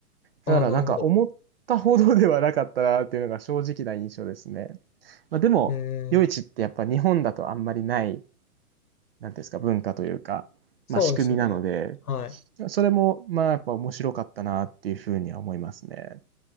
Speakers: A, on the left; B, on the right.
A: ああ、
B: だからなんか思ったほどではなかったなっていうのが正直な印象ですね。
A: なるほど。
B: まあ、でも、
A: ええ、
B: 夜市ってやっぱ日本だとあんまりない、なんていうんですか、文化というか、
A: そうですよね。
B: まあ仕組みなので、
A: はい。
B: それもまあやっぱ面白かったなっていうふうには思いますね。